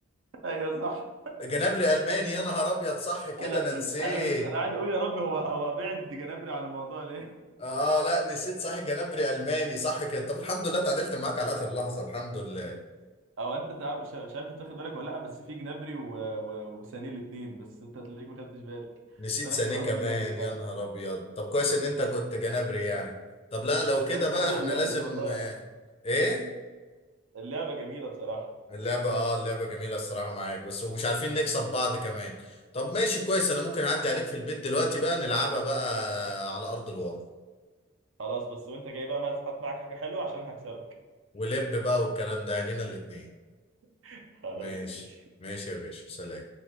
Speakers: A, on the right; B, on the left.
A: <laughs> ايوه صح
B: جنابري الماني يا نهار ابيض صح كده
A: انا
B: انا نسيت
A: انا مش انا قاعد اقول يا رب هو هو بعد جنابري عن الموضوع ليه
B: اه لا نسيت صح جنابري الماني صح كده طب الحمد لله اتعدلت معاك على اخر لحظه الحمد لله
A: او انت تعرف مش مش عارف انت واخد بالك ولا لا بس في جنابري و... و... وسانيه الاثنين بس انت هتلاقيك ما خدتش بالك
B: نسيت
A: بس انا
B: سانيه
A: كان قصدي
B: كمان
A: جنابري فعلا
B: يا نهار ابيض طب كويس ان انت كنت جنابري يعني طب لا لو كده
A: بس
B: بقى
A: حلوه
B: احنا
A: اللعبه
B: لازم
A: دي والله
B: آه، ايه
A: اللعبه جميله بصراحه
B: اللعبة اه اللعبة جميلة الصراحة معاك بس ومش عارفين نكسب بعض كمان طب ماشي كويس انا ممكن اعدي عليك في البيت دلوقتي بقى نلعبها بقى على ارض الواقع
A: خلاص بس وانت جاي بقى ما هات معاك حاجه حلوه عشان هكسبك
B: ولب بقى والكلام ده عينينا الاتنين
A: <laughs> خلاص
B: ماشي
A: ماشي
B: ماشي يا باشا سلام